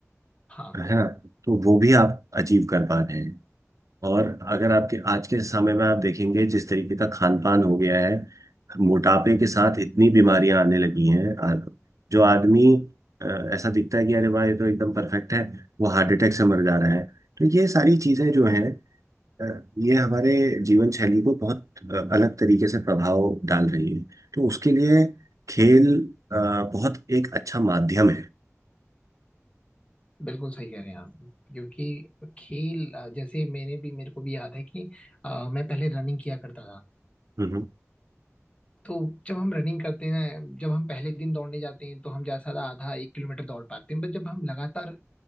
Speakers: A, on the left (about 20°); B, on the right (about 85°).
A: हाँ
B: है ना तो वो भी आप अचीव कर पा रहे हैं और अगर आपके आज के समय में आप देखेंगे जिस तरीके का खान पान हो गया है मोटापे के साथ इतनी बीमारियां आने लगी हैं आ- जो आदमी अ, ऐसा दिखता है कि अरे वाह ये तो एकदम परफेक्ट है वो हार्ट अटैक से मर जा रहा है तो ये सारी चीजें जो हैं अ, ये हमारे जीवन शैली को बहुत अ, अलग तरीके से प्रभाव डाल रही है तो उसके लिए खेल अ, बहुत एक अच्छा माध्यम
A: बिल्कुल सही कह रहे हैं आप क्योंकि खेल अ, जैसे मैंने भी मेरे को भी याद है कि अ, मैं पहले रनिंग किया करता था
B: है
A: तो जब हम रनिंग करते हैं ना जब हम पहले दिन दौड़ने जाते हैं तो हम ज्यादा आधा एक किलोमीटर दौड़ पाते हैं बट जब हम लगातार